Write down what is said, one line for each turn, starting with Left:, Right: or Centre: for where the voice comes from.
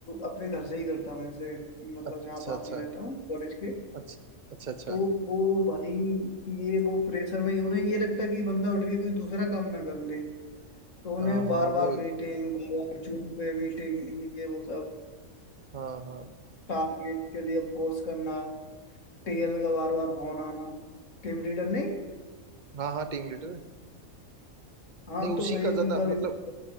Left: अपने घर से ही करता हूँ इसे मतलब
Right: अच्छा
Left: जहाँ पास
Right: अच्छा
Left: में रहता हूँ कॉलेज के
Right: अच्छा अच्छा अच्छा
Left: तो वो भाई ये वो प्रेशर में यूं नहीं ये लगता कि बंदा उठ के कोई दूसरा काम ना कर ले तो उन्हें
Right: हाँ
Left: बार
Right: हाँ वो
Left: बार मीटिंग बार बार जूम पे मीटिंग ये वो सब
Right: हाँ हाँ
Left: टारगेट के लिए फोर्स करना टेल का बार बार फोन आना टीम लीडर नहीं
Right: हाँ हाँ टीम लीडर
Left: हाँ
Right: नहीं उसी
Left: तो भाई
Right: का ज्यादा
Left: उनका
Right: मतलब
Left: भी pressure